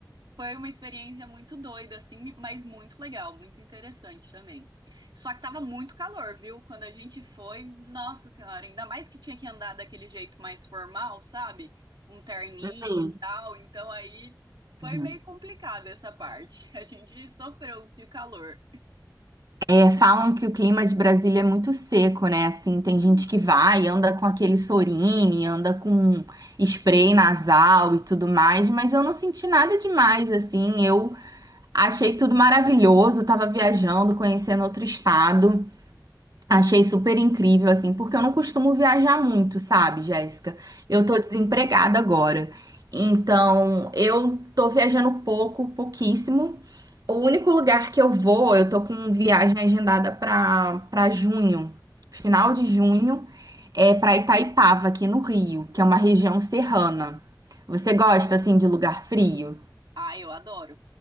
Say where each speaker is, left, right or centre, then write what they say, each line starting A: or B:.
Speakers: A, on the right (about 75°); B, on the right (about 55°).
A: foi uma experiência muito doida, assim, mas muito legal, muito interessante também. Só que tava muito calor, viu? Quando a gente foi, nossa senhora, ainda mais que tinha que andar daquele jeito mais formal, sabe? Com um terninho
B: Sim.
A: e tal. Então aí foi
B: Uhum.
A: meio complicada essa parte. <laughs> A gente sofreu de calor.
B: É, falam que o clima de Brasília é muito seco, né? Assim, tem
A: Sim.
B: gente que vai, anda com aquele Sorine, anda com spray nasal e tudo mais, mas eu não senti nada demais, assim. Eu achei tudo maravilhoso, tava viajando, conhecendo outro estado. Achei super incrível, assim, porque eu não costumo viajar muito, sabe, Jéssica? Eu tô desempregada agora. Então, eu tô viajando pouco, pouquíssimo. O único lugar que eu vou, eu tô com viagem agendada para para junho, final de junho, é para Itaipava, aqui no Rio, que é uma região serrana. Você gosta assim de lugar frio?
A: Ah, eu adoro,